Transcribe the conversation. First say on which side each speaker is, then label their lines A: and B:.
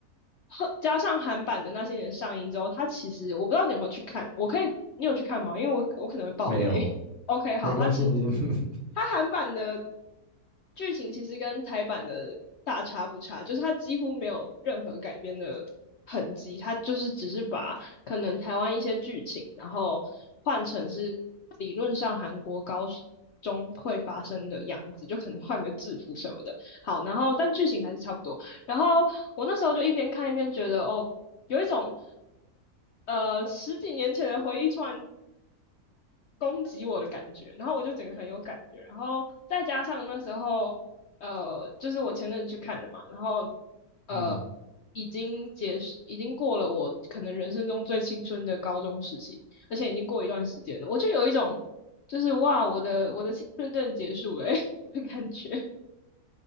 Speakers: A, on the left; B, on the right.
A: 呵加上韩版的那些年上映之后，他其实我不知道你有没有去看，我可以，你有去看吗？因为我我可能会爆雷。
B: 没有，
A: OK，好，
B: 没关系，
A: 他其实
B: 你，<laughs>
A: 它韩版的剧情其实跟台版的大差不差，就是他几乎没有任何改编的很急，他就是只是把可能台湾一些剧情，然后换成是理论上韩国高中会发生的样子，就可能换个制服什么的。好，然后但剧情还是差不多。然后我那时候就一边看一边觉得，哦，有一种呃十几年前的回忆突然攻击我的感觉，然后我就整个很有感觉，然后再加上那时候呃，就是我前阵子去看的嘛，然后呃，
B: 嗯，
A: 已经结束，已经过了我可能人生中最青春的高中时期，而且已经过一段时间了，我就有一种就是哇，我的我的青春正结束了、欸、<laughs> 的感觉，